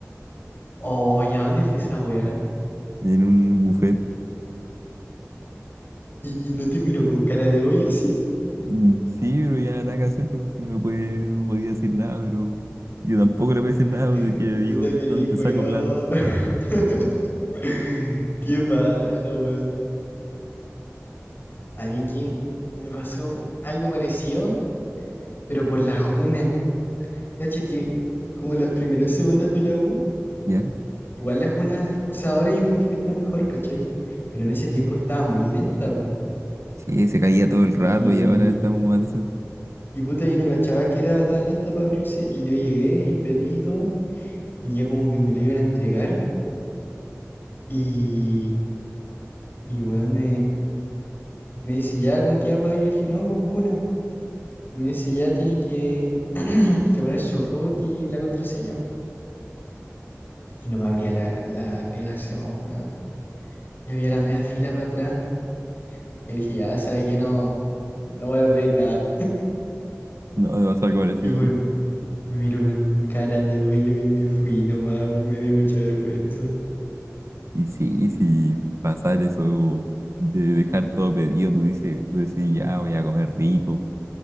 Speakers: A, on the left; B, on the right.
A: Oh, ¿y a dónde fue esa weá?
B: en un buffet.
A: ¿Y, y no te miro con cara de hoyo así?
B: Mm, Sí, pero ya nada que hacer, pues si no me puede, no podía decir nada, pero yo tampoco le voy a decir
A: <laughs>
B: nada porque digo,
A: Puta querí,
B: ¿dónde
A: weón.
B: te saco plata?
A: <laughs> <laughs> Qué paja, weón. A mí que me pasó algo parecido, pero por la juna. Cacha que como las primeras semanas de la U,
B: Ya,
A: igual la juna, o sea, ahora yo encuentro que está mejor, ¿cachai? Pero en ese tiempo estaba muy lenta, po.
B: sí, se caía todo el rato
A: Y,
B: y ahora estamos más decentes.
A: y puta, yo no cachaba que era tan lenta para abrirse. Y yo llegué y pedí y todo, y ya como que me lo iban a entregar. Y, y weón, me, me dice, ¿ya con qué va a pagar? Y yo dije, no, con juna. Me dice, ya tienen que, <clears throat> que poner su root y la contraseña. Y no me abría la, la aplicación, weón. Y había la media fila para atrás. Y le dije, ya, sabe que no, no voy a pedir nada.
B: No, me pasó algo parecido
A: Y bueno,
B: a mí.
A: Igual. me miró con cara de hoyo y me fui nomás, weón. Me dio mucha vergüenza.
B: Y sí, sí, pasar eso de dejar todo pedido, tú dices, tú decís, ya voy a comer rico,